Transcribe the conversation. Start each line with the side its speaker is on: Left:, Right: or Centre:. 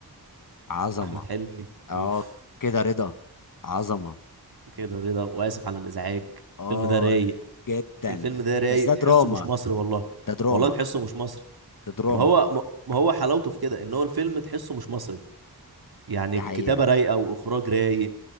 Left: عظمه
Right: احمد حلمي
Left: اه
Right: اوف
Left: كده رضا عظمه
Right: كده رضا واسف على الازعاج
Left: اه
Right: الفيلم ده رايق
Left: جدا
Right: الفيلم ده رايق
Left: بس ده
Right: تحسه
Left: دراما
Right: مش مصري والله
Left: ده دراما
Right: والله تحسه مش مصري
Left: ده دراما
Right: ما هو ما ما هو حلاوته في كده ان هو الفيلم تحسه مش مصري يعني
Left: دي
Right: الكتابة
Left: حقيقه
Right: رايقة واخراج رايق